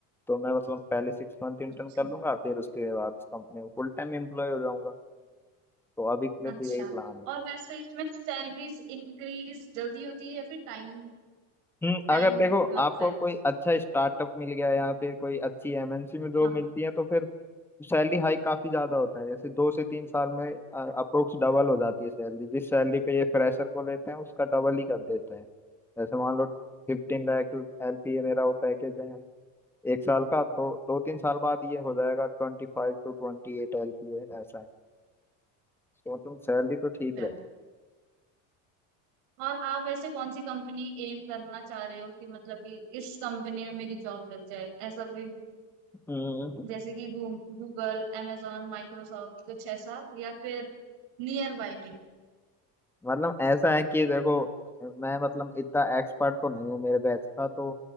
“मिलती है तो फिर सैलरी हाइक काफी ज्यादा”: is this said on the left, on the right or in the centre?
Centre